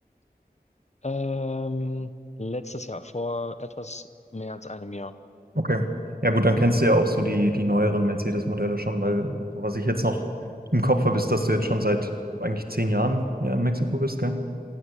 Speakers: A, on the left; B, on the right.
A: ähm, letztes Jahr, vor etwas mehr als einem Jahr,
B: Okay. Ja gut, dann kennst du ja auch so die, die neueren Mercedes-Modelle schon, weil so was ich jetzt noch im Kopf habe, ist, dass du jetzt schon seit eigentlich zehn Jahren ja in Mexiko bist, gell?